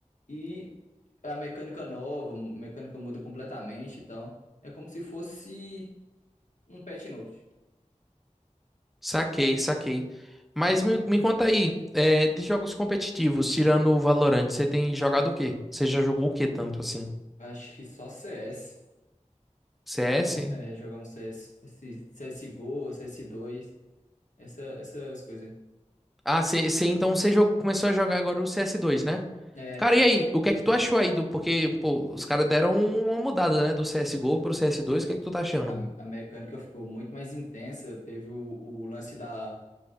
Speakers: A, on the left; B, in the centre.
A: e a mecânica nova, a mecânica muda completamente e tal. É como se fosse um patch note.
B: Saquei, saquei. Mas me, me conta aí, é, de jogos competitivos, tirando o Valorant, você tem jogado o quê? Você já jogou o quê tanto assim?
A: Acho que só CS.
B: CS?
A: Jogava um, é, jogar um CS, esse CSGO, cs dois essa, essas coisas.
B: Ah, você então você começou a jogar agora o CS2, né?
A: é
B: Cara, e aí? O que é que tu achou aí do... Porque, pô, os caras deram uma mudada, né? Do CSGO pro CS2, o que é que tu tá achando?
A: A, a mecânica ficou muito mais intensa. Teve o, o lance da,